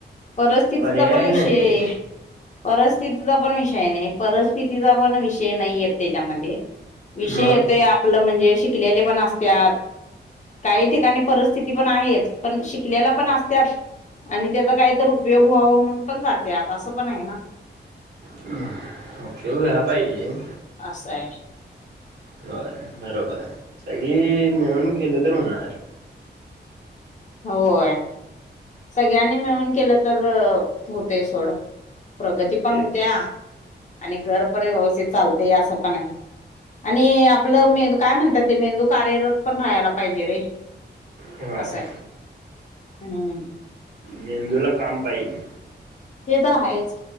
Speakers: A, on the left; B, on the right.
A: परस्थितीचा
B: पर्याय
A: पण विषय
B: नाही
A: परिस्थितीचा. पण विषय नाही परिस्थितीचा पण विषय नाही येत त्याच्यामध्ये. विषय
B: मग
A: येत आपलं म्हणजे शिकलेले पण असतात काही ठिकाणी. परस्थिती पण आहेच. पण शिकल्याला पण असत्यात आणि त्याचा काही तर उपयोग व्हाव म्हण पण जाते आता असं पण आहे ना.
B: हम ओके व ह पाहिरी.
A: आस हाय.
B: होय बरोबर हाय. सगळी मिळून केलं तर हुणार.
A: होय, सगळ्यांनी मिळून केलं तर हुतय सोड. प्रगती पण
B: तेच
A: हुतिया आणि घर पण व्यवस्थित चालत या असं पण आहे. आणि आपलं मेंदू काय म्हणतात ते मेंदू कार्यरत पण राहायला पाहिजे रे
B: हय
A: असं आहे हम्म
B: मेंदूला काम पाहिल
A: हे तर आहेच